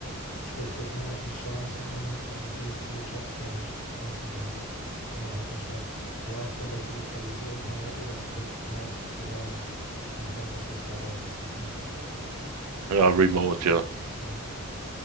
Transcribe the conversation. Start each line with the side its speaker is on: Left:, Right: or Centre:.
Left: Sprich, du hast immer noch die Chancen eben, irgendwie viele Jobs eben anzunehmen innerhalb der Stadt. Aber aufgrund der Digitalisierung haben wir ja eh das Glück, meist sogar im Homeoffice arbeiten zu können.
Right: Ja, remote, ja.
Left: Ja.